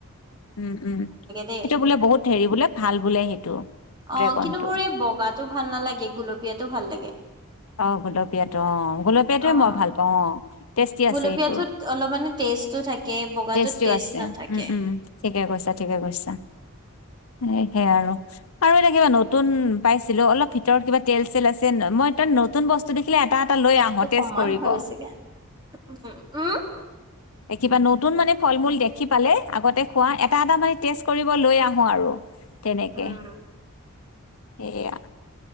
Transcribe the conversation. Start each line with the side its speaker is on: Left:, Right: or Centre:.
Left: উম-উম
Right: দেই।
Left: সেইটো বোলে বহুত হেৰি বোলে ভাল বোলে সেইটো। ড্ৰেগনটো
Right: অ, কিন্তু মোৰ এই বগাটো ভাল নালাগে গুলপীয়াটো ভাল লাগে।
Left: অ, গোলপীয়াটো অ, গোলপীয়াটোৱে
Right: অ'।
Left: মই ভাল পাওঁ অ, টেষ্টি
Right: গুলপীয়াটোত
Left: আছে এইটোৰ।
Right: অলপ মানে টেষ্টটো থাকে বগাটোত
Left: টেষ্টিও
Right: টেষ্ট
Left: আছে
Right: নাথাকে।
Left: উম-উম ঠিকে কৈছা-ঠিকে কৈছা। এ সে আৰু -আৰু এটা কিবা নতুন পাইছিলোঁ অলপ ভিতৰত কিবা তেল-চেল আছে মই <unintelligible> নতুন বস্তু দেখি লে এটা-এটা লৈ
Right: পেটটো
Left: আহ তেচ
Right: সমান
Left: কৰিব।
Right: হৈ গৈছেগে উম, উম।
Left: এ কিবা নতুন মানে ফল-মূল দেখি পালে আগতে খোৱা এত এটা- এটা মানে টেষ্ট কৰিব লৈ আহো আৰু তেনেকে
Right: উম।
Left: সেয়া